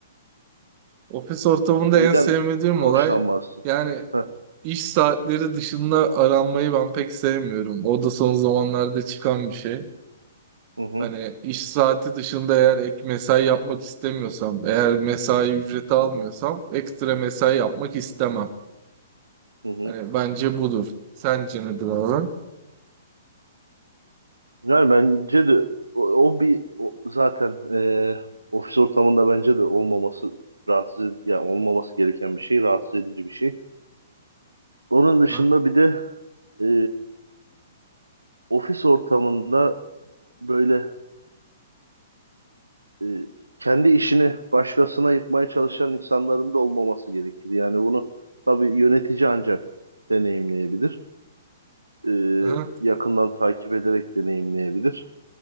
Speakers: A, on the right; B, on the right.
A: ofis ortamında
B: Neyden
A: en sevmediğim
B: hoşlanmazsın?
A: olay yani
B: Heh.
A: iş saatleri dışında aranmayı ben pek sevmiyorum. O da son zamanlarda çıkan bir şey.
B: Hı hı.
A: Hani iş saati dışında eğer ek mesai yapmak istemiyorsam, eğer mesai ücreti almıyorsam
B: Hı hı.
A: ekstra mesai yapmak istemem.
B: Hı hı.
A: Hani bence budur. Sence nedir abi?
B: Yani bence de o, o bir o- zaten e, ofis ortamında bence de olmaması rahatsız ed- yani olmaması gereken bir şey, rahatsız edici bir şey. Onun dışında
A: Hı?
B: bir de e, ofis ortamında böyle e, kendi işini başkasına yıkmaya çalışan insanların da olmaması gerekir. Yani bunu tabii yönetici ancak deneyimleyebilir. E,
A: Hı?
B: yakından takip ederek deneyimleyebilir.